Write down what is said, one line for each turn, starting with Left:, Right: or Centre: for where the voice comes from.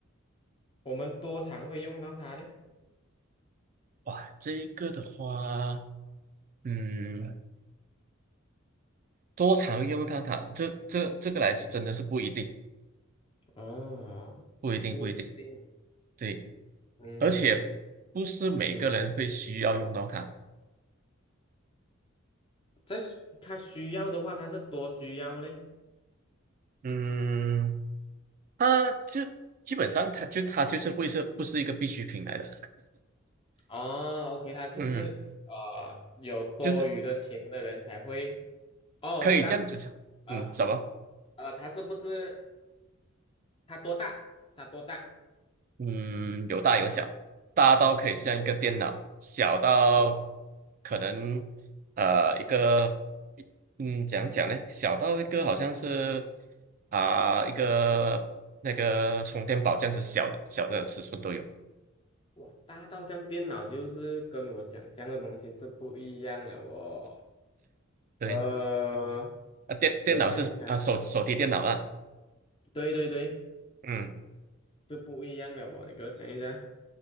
Left: 我们多常会用到它呢？
Right: 哇，这一个的话，嗯，多常用它，它这这这个来真的是不一定，
Left: 嗯，哦，
Right: 不一定，
Left: 不一定，
Right: 不一定，对，
Left: 嗯
Right: 而且不是每个人会需要用到它，
Left: 嗯，在需它需要的话，它是多需要嘞。
Right: 嗯。啊，就基本上它就它就是会是不是一个必需品来的，
Left: 哦，OK，它就是呃有多余的钱的人才会，
Right: <laughs> 嗯，就是
Left: 哦，
Right: 可以这样子讲，
Left: 我知道，呃
Right: 嗯，什么？
Left: 呃，它是不是？它多大？它多大？
Right: 嗯，有大有小，大到可以像一个电脑，
Left: 有
Right: 小到
Left: 哇，
Right: 可能呃一个，
Left: 我
Right: 嗯，讲讲呢？小到一个好像是啊、一个那个充电宝这样子小的小的尺寸都有，
Left: 哇，大到像电脑，就是跟我想象的东西是不一样了哦。
Right: 对，
Left: 呃，
Right: 啊电电脑是啊手手提电脑啊，
Left: 给我想一下，对对对，
Right: 嗯，
Left: 就不一样了哦。你给我想一下，